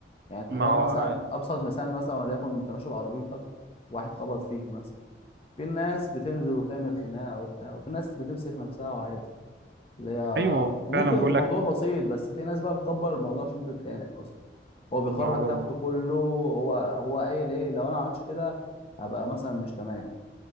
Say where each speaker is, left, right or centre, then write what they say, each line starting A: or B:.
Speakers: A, on the left; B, on the right.
A: يعني تخيل
B: ما هو
A: مثلا
B: آه،
A: ابسط مثال مثلا وليكن انت ماشي بعربيتك واحد خبط فيك مثلا في ناس بتنزل وتعمل خناقة وبتاع وفي ناس بتمسك نفسها وعادي اللي هي
B: ايوه
A: وممكن
B: فعلا
A: يكون
B: بقول
A: الموضوع
B: لك
A: بسيط بس في ناس بقى بتكبر الموضوع عشان تتخانق اصلا هو بيخرج
B: ما هو
A: كابته كله هو هو قايل ايه لو انا ما عملتش كده هبقى مثلا مش تمام